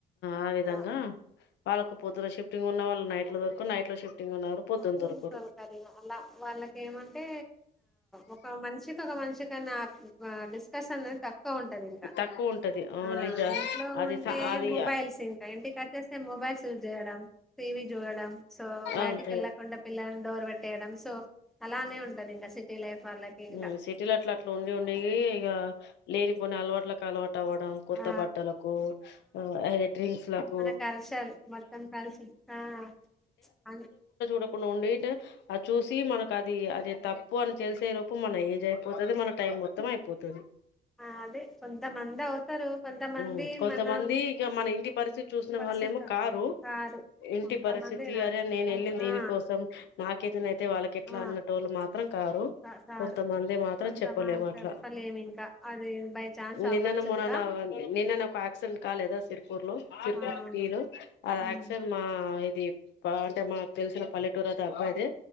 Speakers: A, on the left; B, in the centre.
A: ఆ విధంగా
B: అలా
A: వాళ్ళ పొద్దు షిఫటింగ్ ఉన్న వాళ్ళ నైట్ లో దొరకు నైట్ లో షిఫ్టింగ్ ఉన్నవారు పొద్దున
B: పూజ
A: దొరకరు
B: సరకరిగా అలా వాళ్ళకి ఏమంటే ఒక మనిషికి ఒక మనిషికన్నా డిస్కషన్ తక్కువ ఉంటుంది ఇంకా
A: తక్కువ ఉంటది ఓన్లీ
B: ఆ
A: జ
B: ఇంట్లో
A: అది
B: ఉంటే
A: అది
B: మొబైల్స్ ఇంకా ఇంటికి వచ్చేస్తే మొబైల్స్ యూజ్ చేయడం టీవీ చూడడం సో, బయటికి
A: అంతే
B: ఏళ్లకుండ పిల్లలన్ డోర్ పెట్టేయడం. సో అలానే ఉంటది ఇంకా సిటీ లైఫ్ వాళ్ళకి ఇంకా
A: ఉమ్, సిటీలో అట్లా అట్లా ఉండి ఉండీ ఇగ లేని ప్ ని అలవాట్ల కలవట్ టవడం కొత్త
B: ఆ
A: బట్టలకు, ఆ అదె డ్రింక్స్ లక్
B: మన కల్చరు మొత్తం కలిసి ఆ, అవును
A: డకుండ ఉండి ఉంటే, అది చూసి మనకద్ అది, అది తప్పు అని తెలిసే లోపు మన ఏజ్ అయిపోతది. మన టైం మొత్తం అయిపోతది.
B: ఆ! అదే కొంతమంది అవుతారు కొంతమంది
A: ఉమ్, కొంతమంది
B: మనం
A: ఇక మన ఇంటి పరిస్థితి చూసిన
B: పరిస్థితి
A: వాళ్ళేమో కారు.
B: కారు
A: ఇంటి
B: కొంతమంది
A: పరిస్థితి,
B: నా
A: అరే నేను
B: ఆ
A: వెళ్ళిన్దేనికోసం?
B: ఆ
A: నాకేదన్నైతే వాళ్ళకెట్ ట్ల
B: ఆ!
A: అన్న టోలు మాక్ మాత్రం కారు,
B: కా కారు
A: కొంతమంది మాత్రం
B: కొంతమంది
A: చెప్పలేము అట్లా.
B: చెప్పలేము ఇంకా అది బై ఛాన్స్
A: నిన్ననో
B: అవ్వచ్చు
A: మొన్ననో,
B: కూడా
A: నిన్ననే ఒక యాక్సిడెంట్ కాలేదా? సిరుపూర్ లో, సిరుపూర్
B: అవును
A: పి లో. ఆ
B: హ్మ్
A: యాక్సిడెంట్ మా ఇది ప అంటే, మాకు తెలిసిన పల్లెటూరు అత అబ్బాయిదే.